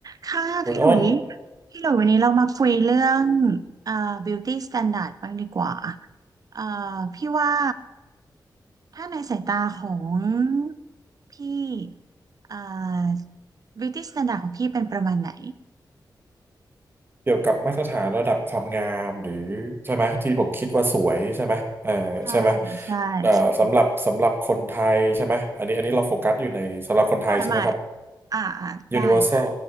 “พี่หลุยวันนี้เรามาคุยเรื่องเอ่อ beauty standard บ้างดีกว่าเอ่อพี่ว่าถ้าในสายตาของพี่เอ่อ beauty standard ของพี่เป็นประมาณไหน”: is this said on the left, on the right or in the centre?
Right